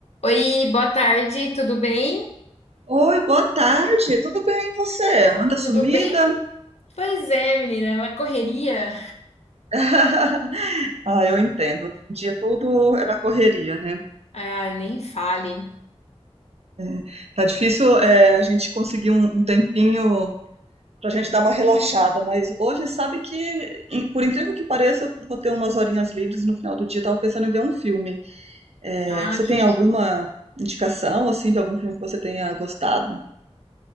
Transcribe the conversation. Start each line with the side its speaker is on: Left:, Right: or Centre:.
Left: Oi, boa tarde, tudo bem?
Right: Oi, boa tarde. Tudo bem, e você? Anda sumida?
Left: Tudo bem? Pois é, menina, é uma correria.
Right: <laughs> Ah, eu entendo. Hoje em dia tudo é na correria, né?
Left: Ai, nem fale.
Right: É, tá difícil, é, a gente conseguir um, um tempinho pra gente dar uma relaxada, mas hoje sabe que, em- por incrível que pareça, eu vou ter umas horinhas livres no final do dia. Tava pensando em ver um filme. É,
Left: Ah,
Right: você
Left: que
Right: tem
Left: legal.
Right: alguma indicação, assim, de algum filme que você tenha gostado?